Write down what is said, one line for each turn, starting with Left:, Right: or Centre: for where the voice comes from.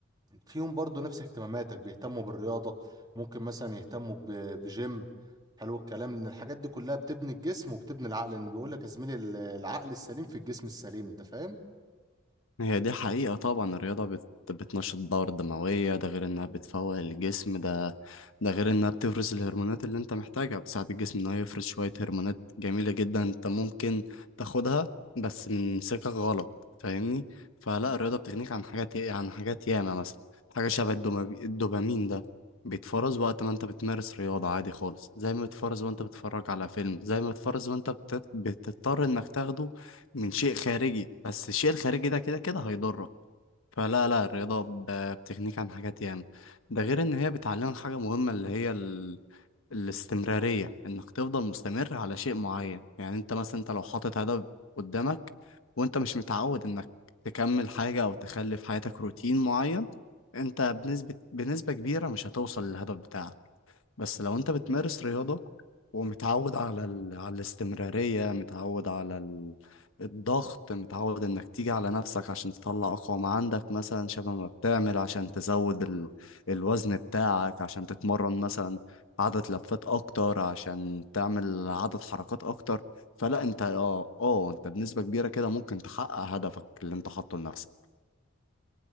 Right: فيهم برضو نفس اهتماماتك بيهتموا بالرياضه ممكن مثلا يهتموا ب- بجيم حلو الكلام ان الحاجات دي كلها بتبني الجسم وبتبني العقل لان بيقول لك يا زميلي ال- العقل السليم في الجسم السليم انت فاهم
Left: هي دي حقيقة طبعا الرياضة بت... بتنشط الدورة الدموية ده غير انها بتفوق الجسم ده ده غير انها بتفرز الهرمونات اللي انت محتاجها بتساعد الجسم انه يفرز شوية هرمونات جميلة جدا انت ممكن تاخدها بس من سكة غلط فاهمني فلا الرياضة بتغنيك عن حاجات عن حاجات ياما مثلا حاجة شبه الدوما- الدوبامين ده بيتفرز وقت ما انت بتمارس رياضة عادي خالص زي ما بيتفرز وانت بتتفرج على فيلم زي ما بيتفرز وانت بت... بتضطر انك تاخده من شيء خارجي بس الشيء الخارجي ده كده كده هيضرك فلا لا الرياضة ب- بتغنيك عن حاجات ياما ده غير إن هي بتعلمك حاجة مهمة اللي هي ال... الاستمرارية إنك تفضل مستمر على شيء معين يعني أنت مثلا أنت لو حاطط هدف قدامك وأنت مش متعود إنك تكمل حاجة أو تخلي في حياتك روتين معين أنت بنسبة بنسبة كبيرة مش هتوصل للهدف بتاعك بس لو انت بتمارس رياضة ومتعود على ال... على الاستمرارية متعود على ال... الضغط متعود انك تيجي على نفسك عشان تطلع اقوى ما عندك مثلا شبه ما بتعمل عشان تزود ال... الوزن بتاعك عشان تتمرن مثلا عدد لفات اكتر عشان تعمل عدد حركات اكتر فلا انت اه اه انت بنسبة كبيرة كده ممكن تحقق هدفك اللي انت حاطه لنفسك